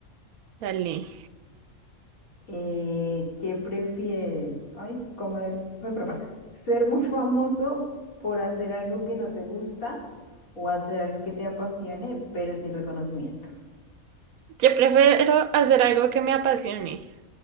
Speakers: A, on the right (about 85°); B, on the left (about 75°).
A: dale.
B: Eh, ¿qué prefieres? Ay, comer, no, perdón, ser muy famoso por hacer algo que no te gusta o hacer algo que te apasione, pero sin reconocimiento.
A: Yo prefiero hacer algo que me apasione.